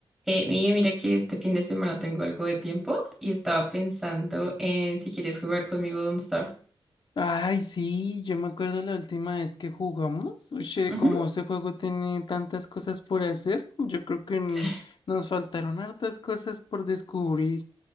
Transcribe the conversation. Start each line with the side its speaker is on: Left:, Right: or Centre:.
Centre: Eh, Miguel, mira que este fin de semana tengo algo de tiempo y estaba pensando en si quieres jugar conmigo Don't Starve.
Left: Ay, sí, yo me acuerdo la última vez que jugamos. Oye,
Centre: Ujú.
Left: como ese juego tiene tantas cosas por hacer, yo creo que n-
Centre: Sí.
Left: nos faltaron hartas cosas por descubrir.